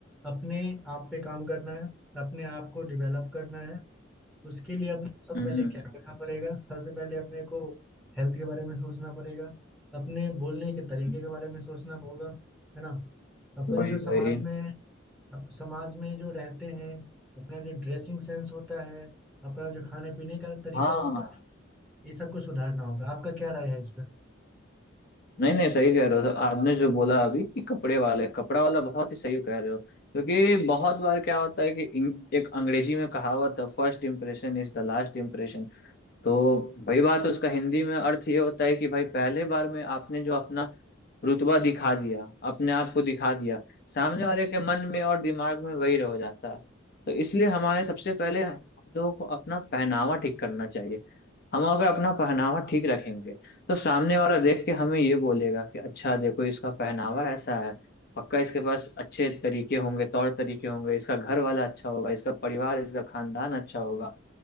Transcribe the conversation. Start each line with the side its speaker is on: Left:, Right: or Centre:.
Centre: अपने आप पे काम करना है अपने आप को डेवलप करना है उसके लिए अपने को सबसे
Left: हम्म
Centre: पहले
Left: हम्म,
Centre: क्या करना पड़ेगा सबसे पहले अपने को हेल्थ के बारे में सोचना पड़ेगा अपने बोलने के तरीके
Left: हम्म,
Centre: के बारे में सोचना होगा है ना अपन
Left: वही
Centre: जो समाज
Left: वही
Centre: में अप- समाज में जो रहते हैं अपना जो ड्रेसिंग सेंस होता है अपना जो खाने पीने का तरीका
Left: हाँ
Centre: होता है ये सबको सुधारना होगा आपका क्या राय है इस पर
Left: नहीं नहीं सही कह रहे हो आपने जो बोला अभी कि कपड़े वाले कपड़ा वाला बहुत ही सही कह रहे हो क्योंकि बहुत बार क्या होता है कि इंग- एक अंग्रेजी में कहावत है first impression is the last impression तो वही बात है, उसका हिंदी में अर्थ ये होता है कि भाई पहले बार में आपने जो अपना रुतबा दिखा दिया अपने आप को दिखा दिया सामने वाले के मन में और दिमाग में वही रह जाता है तो इसलिए हमारे सबसे पहले हम लोगों को अपना पहनावा ठीक करना चाहिए हम अगर अपना पहनावा ठीक रखेंगे तो सामने वाला देख के हमें ये बोलेगा कि अच्छा देखो इसका पहनावा ऐसा है पक्का इसके पास अच्छे तरीके होंगे तौर तरीके होंगे इसका घर वाला अच्छा होगा इसका परिवार इसका खानदान अच्छा होगा